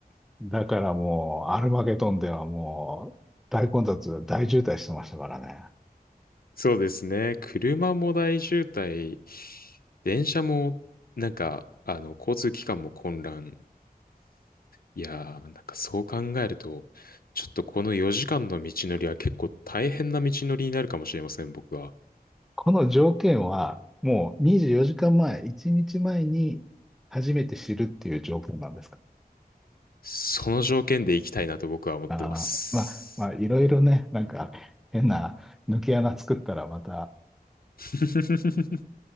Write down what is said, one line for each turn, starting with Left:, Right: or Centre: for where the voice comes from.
Centre: だからもう、アルマゲドンではもう、大混雑、大渋滞してましたからね。
Left: そうですね。車も大渋滞、電車も、なんか、あの、交通機関も混乱。いやー、なんかそう考えると、ちょっとこの4時間の道のりは結構大変な道のりになるかもしれません、僕は。
Centre: この条件は、もう24時間前、1日前に初めて知るっていう条件なんですか。
Left: その条件で行きたいなと僕は思ってます。
Centre: あー、まあ、まあ、いろいろね、なんか変な抜け穴作ったらまた、
Left: <laughs>